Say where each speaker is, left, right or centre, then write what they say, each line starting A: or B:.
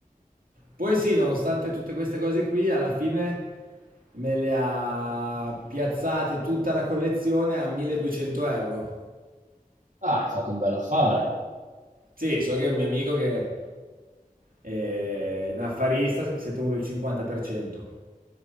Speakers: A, on the right; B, on the right.
A: Poi sì, nonostante tutte queste cose qui, alla fine me le ha piazzate tutta la collezione a 1200 euro.
B: Ah, hai fatto un bel affare.
A: Sì, so che un mio amico che è un affarista si è tenuto il 50%.